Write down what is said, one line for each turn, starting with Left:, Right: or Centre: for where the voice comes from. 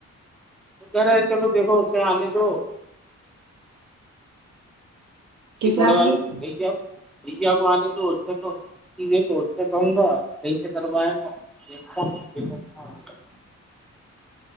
Centre: کہ رہے چلو دیکھو اسے آنے دو
Right: کسے
Centre: گوڑا
Right: آنے
Centre: والے
Right: دو
Centre: بھیجے آپ <unintelligible> بھیا کو آنے تو کو سے کہوں گا کہیں سے کروائے گا فن کیا ہو <unintelligible>